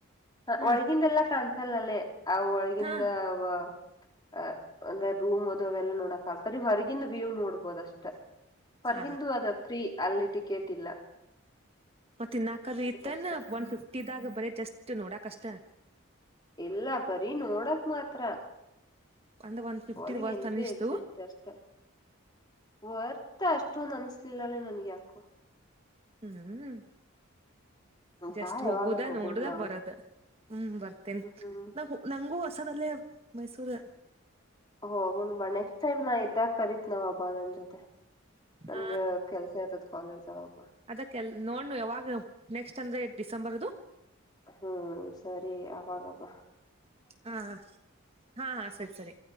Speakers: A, on the right (about 30°); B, on the left (about 20°).
A: ಹ
B: ಒಳಗಿಂದಲ್ಲಾ ಕಾಣಸಲ್ಲಲ್ಲೇ ಆ ಒಳಗಿಂದ
A: ಹಾ
B: ಬ ಅಹ ಅಂದ್ರೆ ರೂಮ್ ಅದು ಅವೆಲ್ಲಾ ನೋಡಕ್ ಆಗ್ತರಿ ಇವ ಹೊರಗಿಂದ ವ್ಯೂವ ನೋಡ್ಬೋದ ಅಷ್ಟ ಹೊರಗಂದು
A: ಹ
B: ಅದ ಫ್ರೀ ಅಲ್ಲಿ ಟಿಕೆಟ್ ಇಲ್ಲಾ.
A: ತಿನ್ನಾಕ್ ತ <unintelligible>
B: ಅಷ್ಟ
A: ಒನ್ ಫಿಫ್ಟಿದಾಗ ಬರೀ ಜಸ್ಟ್ ನೋಡಕ್ ಅಷ್ಟೇ <unintelligible>
B: ಇಲ್ಲಾ ಬರ್ರೀ ನೋಡಾಕ್ ಮಾತ್ರಾ.
A: ಅಂದ್ರ ಒನ್ ಫಿಫ್ಟಿದ
B: ಒಳಗೆ
A: ವರ್ತ್
B: ಎಂಟ್ರಿ
A: ಅನಿಸ್ತು
B: ಎಕ್ಸಿಟ್ ಅಷ್ಟೆ ವಾರ್ತಾ ಅಷ್ಟೊಂದು ಅನಿಸ್ಲಿಲ ಲೇ ನನ್ಗೆ ಯಾಕೋ.
A: ಹ್ಮ್ ಜಸ್ಟ್
B: ಬಾ ಯಾವಾಗ್ರ
A: ಹೋಗುದ
B: ಹೋಗೋಣ
A: ನೋಡುದ
B: ನಾವು
A: ಬರದ ಹ್ಮ್ ಬರ್ತೇನ್
B: ಹ್ಮ್
A: ನ ನಂಗೂ ಹೊಸದಲ್ಲೇ ಮೈಸೂರು
B: ಹುಣ ಬಾ ನೆಕ್ಸ್ಟ್ ಟೈಮ್ ನಾ ಇದ್ದಾಗ ಕರೀತ್ ನವ್ ಹಬ್ಬಾ ನನ್ ಜೊತೆ ನಂಗ
A: ಹ
B: ಕೆಲ್ಸ ಇತದ ಕಾಲೆಜು
A: ಅದಕ್ಕೆಲ್ ನೋಡ್ ಯಾವಾಗ ನೆಕ್ಸ್ಟ್ ಅಂದ್ರೆ ಡಿಸೆಂಬರ್ದು
B: ಹ್ಮ್ ಸರಿ ಅವಾಗಬ್ಬ
A: ಹಾ ಹಾ ಸರಿ ಸರಿ